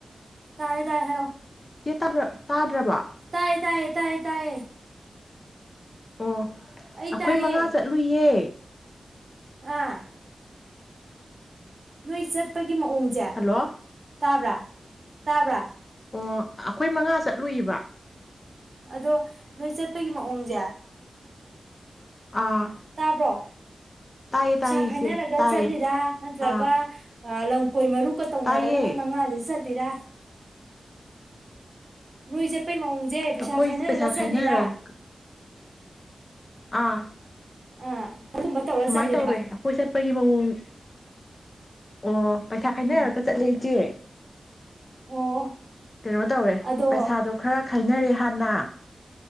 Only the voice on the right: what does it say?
ꯇꯥꯔꯦ ꯇꯥꯔꯦ ꯍꯥꯏꯔꯛꯑꯣ
ꯇꯥꯏꯌꯦ ꯇꯥꯏꯌꯦ ꯇꯥꯏꯌꯦ ꯇꯥꯏꯌꯦ
ꯑꯩ
ꯇꯥꯏꯌꯦ
ꯑꯥ ꯅꯣꯏ ꯆꯠꯄꯒꯤ ꯒꯤ ꯃꯑꯣꯡꯁꯦ,
ꯇꯥꯕ꯭ꯔꯥ? ꯇꯥꯕ꯭ꯔꯥ
ꯑꯗꯣ ꯅꯣꯏ ꯆꯠꯄꯒꯤ ꯃꯑꯣꯡꯖꯦ
ꯇꯥꯕ꯭ꯔꯣ
ꯄꯩꯁꯥ
ꯈꯥꯏꯅꯔꯒ
ꯆꯠꯂꯤꯔꯥ ꯅꯠꯇ꯭ꯔꯒ
ꯑ ꯂꯝ ꯈꯣꯏ ꯃꯔꯨꯄꯀ ꯇꯧꯅꯔꯒ
ꯅꯣꯏ ꯃꯉꯥꯁꯦ ꯆꯠ ꯇꯦꯗ ꯅꯣꯏꯁꯦ ꯆꯠꯄꯒꯤ ꯃꯑꯣꯡꯁꯦ ꯄꯩꯁꯥ
ꯈꯥꯏꯅꯔꯒ ꯆꯠꯂꯤꯔꯥ?
ꯑꯥ ꯑꯗꯨꯒꯨꯝꯕ ꯇꯧꯔ
ꯆꯠꯂꯤꯔꯕ
ꯎꯝ
ꯑꯣ
ꯑꯗꯣ